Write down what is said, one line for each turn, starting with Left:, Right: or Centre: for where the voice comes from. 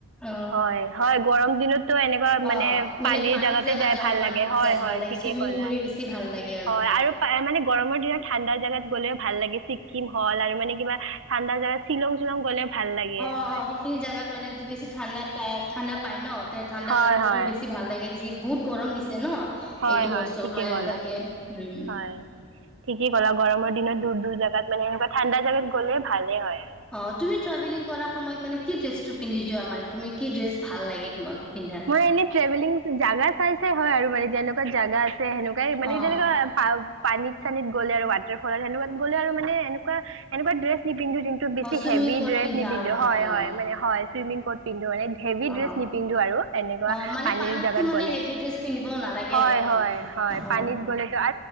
Centre: অ
Right: হয় হয় গৰম দিনতো এনেকুৱা মানে
Centre: অ মানে
Right: পানীৰ জেগাতে
Centre: জাগাত
Right: যাই
Centre: যাব
Right: ভাল
Centre: মান
Right: লাগে। হয় হয়
Centre: ভাল লাগে
Right: ঠিকে
Centre: চুইমিং
Right: কলা
Centre: কৰি বেছি ভাল লাগে
Right: হয় আৰু মানে গৰমৰ দিনত ঠাণ্ডা জেগাত গ'লে ভাল লাগে সি কিম হ'ল আৰু মানে কিবা ঠাণ্ডা দিনত শ্বিলং শ্বিলং গলে, ভাল লাগে
Centre: অ
Right: হয়
Centre: সেইখিনি জাগাত মানে বেছি ঠাণ্ডা ঠাণ্ডা পাই ন ঠাণ্ডা
Right: হয়
Centre: বতৰ
Right: হয়
Centre: টো বেছি ভাল লাগে যি বহুত গৰম দিছে ন,
Right: হয়,
Centre: এইটো
Right: হয়
Centre: বছৰ
Right: ঠিকে
Centre: মানে
Right: কলা
Centre: এনেকুৱাকে উম
Right: হয় ঠিকেই ক'লা গৰমৰ দিনত দু জাগাত মানে এনকা ঠাণ্ডা জাগাত গ'লে ভালেই হয়
Centre: অ তুমি ট্ৰেভেলিং কৰাৰ সময়ত মানে কি ড্ৰেছটো পিন্ধি যোৱা মানে তুমি কি ড্ৰেছ ভাল লাগে তোমাক পিন্ধাত
Right: মই এনেই ট্ৰেভেলিং জাগা চাই চাই হয় আৰু মানে, যেনেকুৱা জাগা আছে সেনেকুৱাই মানে
Centre: অ
Right: যেনেকুৱা পানীত চানীত গ'লে আৰু ৱাটাৰফলত তেনেকুৱা গ'লে আৰু মানে এনেকুৱা, এনেকুৱা ড্ৰেছ পিন্ধো কিোনু বেছি
Centre: অ চুইমিং
Right: হেভি
Centre: ক'ত
Right: ড্ৰেছ
Centre: পিন্ধা
Right: নিপিন্ধো
Centre: আৰু ন
Right: হয়
Centre: অ
Right: মানে হয় চুইমিং হেভী ড্ৰেছ
Centre: অ
Right: নিপিন্ধো আৰু ইনকা
Centre: অ মানে
Right: পানীৰ
Centre: পানীততো
Right: জেগাত
Centre: মানে
Right: গলে,
Centre: হেভি ড্ৰেছ পিন্ধিবও নালাগে
Right: হয়
Centre: আৰু ন
Right: হয়,
Centre: অ
Right: পানীত গলে টো অ